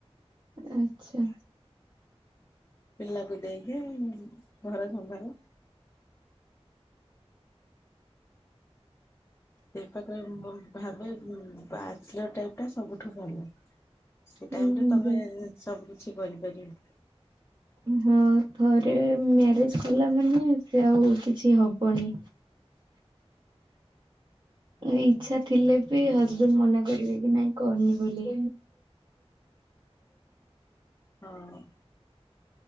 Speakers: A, on the right; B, on the left.
A: ଆଚ୍ଛା।
B: ପିଲାକୁ ଦେଇକି ଘର ସମ୍ଭଳ। ସେ ପାଖରେ ମୁଁ ଭାବେ <unintelligible> ବା ଟାଇପ ଟା ସବୁଠୁ ଭଲ। ସେ
A: ହୁଁ
B: ଟାଇମରେ ତମେ
A: ହୁଁ
B: ସବୁ କିିଛି କରିପାରିବ।
A: ହଁ <inaudible> ମ୍ୟାରେଜ କଲା ମାନେ ସେ ଆଉ କିଛି ହବନି। ଇଚ୍ଛା ଥିଲେ ବି ହଜବେଣ୍ଡ ମନା କରିବେ କି ନାଇଁ କରନି ବୋଲି।
B: ହଁ <inaudible> ଆମ